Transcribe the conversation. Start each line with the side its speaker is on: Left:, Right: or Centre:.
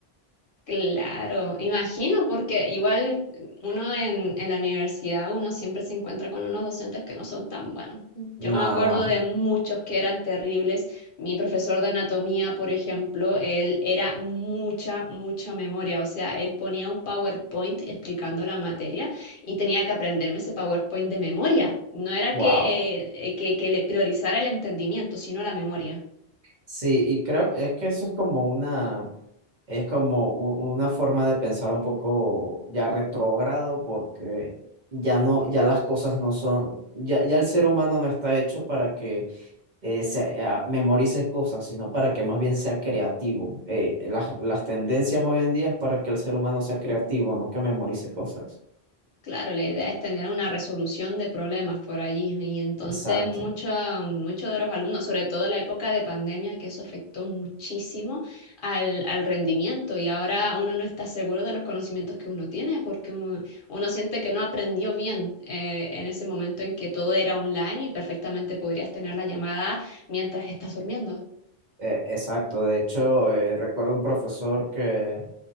Left: Claro, imagino, porque igual uno en, en la universidad, uno siempre se encuentra con unos docentes que no son tan buenos.
Right: No,
Left: Yo me acuerdo
Right: no,
Left: de muchos que eran terribles. Mi profesor de anatomía, por ejemplo, él era mucha, mucha memoria. O sea, él ponía un PowerPoint explicando la materia y tenía que aprenderme ese PowerPoint de memoria. No era
Right: wow.
Left: que, eh, eh, que, que le priorizara el entendimiento, sino la memoria.
Right: Sí, y creo, es que eso es como una, es como u- una forma de pensar un poco ya retrógrado porque ya no, ya las cosas no son, ya, ya el ser humano no está hecho para que eh, se- eh, a- memorices cosas, sino para que más bien sea creativo. Eh, las, las tendencias hoy en día es para que el ser humano sea creativo, no que memorice cosas.
Left: Claro, la idea es tener una resolución de problemas por allí. Y entonces
Right: Exacto,
Left: mucho, muchos de los alumnos, sobre todo en la época de pandemia, que eso afectó muchísimo al, al rendimiento. Y ahora uno no está seguro de los conocimientos que uno tiene porque uno, uno siente que no aprendió bien eh, en ese momento en que todo era online y perfectamente podrías tener la llamada mientras estás durmiendo.
Right: eh, exacto. De hecho, eh, recuerdo un profesor que